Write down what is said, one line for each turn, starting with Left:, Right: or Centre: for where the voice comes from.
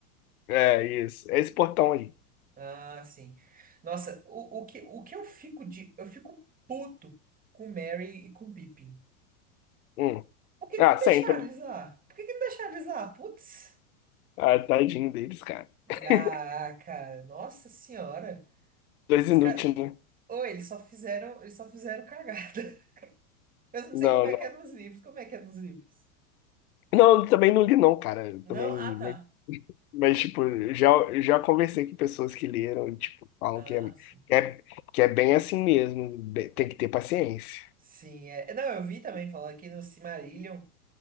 Left: É, isso. É esse portão aí.
Right: Ah, sim. Nossa, o, o que, o que eu fico de. Eu fico puto com Mary e com Pippin.
Left: Hum.
Right: Por que
Left: Ah,
Right: que não deixaram
Left: sempre.
Right: eles lá? Por que que não deixaram eles lá? Putz.
Left: Ah, tadinho deles, cara. <laughs>
Right: Ah, cara, nossa senhora.
Left: Dois
Right: Os
Left: inútil,
Right: caras.
Left: né?
Right: Ou eles só fizeram, eles só fizeram cagada. <laughs> Eu não
Left: Não,
Right: sei como é
Left: não.
Right: que é nos livros. Como é que é nos livros?
Left: Não, eu também não li, não, cara. Eu
Right: Não,
Left: Também,
Right: ah, tá.
Left: mas, mas, tipo, já, já conversei com pessoas que leram e, tipo, falam
Right: Ah,
Left: que é,
Right: sim.
Left: que é, que é bem assim mesmo. Be- Tem que ter paciência.
Right: Sim, é. é, Não, eu vi também falar que no Silmarillion.